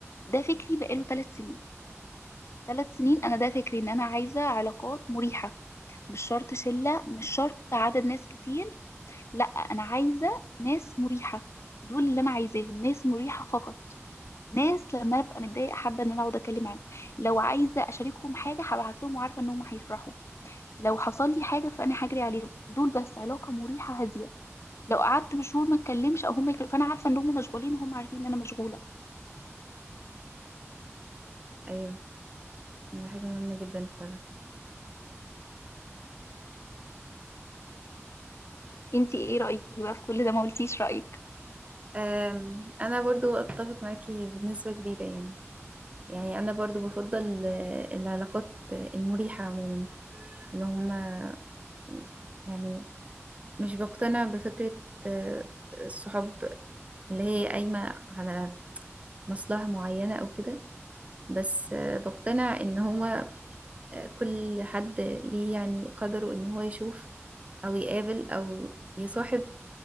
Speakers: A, on the left; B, on the right.
A: ده فكري بقاله ثلاث سنين ثلاث سنين أنا ده فكري إن أنا عايزة علاقات مريحة مش شرط شلة مش شرط عدد ناس كتير لا انا عايزه ناس مريحه دول اللي انا عايزاهم ناس مريحه فقط ناس لما ابقى متضايقه حابه ان انا اقعد اتكلم معاهم لو عايزه اشاركهم حاجه هبعت لهم وعارفه ان هم هيفرحوا لو حصل لي حاجه فانا هجري عليهم دول بس علاقه مريحه هاديه لو قعدت بشهور ما اتكلمش او هم يكلم. فانا عارفه ان هم مشغولين وهم عارفين ان انا مشغوله
B: أيوة دي حاجة مهمة جدا فعلا
A: انتي ايه رايك بقى في كل ده ما قلتيش رايك
B: أم، أنا برضو أتفق معاكي بنسبة كبيرة يعني يعني أنا برضو بفضل آه، العلاقات آه، المريحة عموما إن هما يعني مش بقتنع بفكرة آه، الصحاب اللي هي قايمة على مصلحة معينة أو كده بس آه، بقتنع إن هما آه، كل حد ليه يعني قدره إن هو يشوف أو يقابل أو يصاحب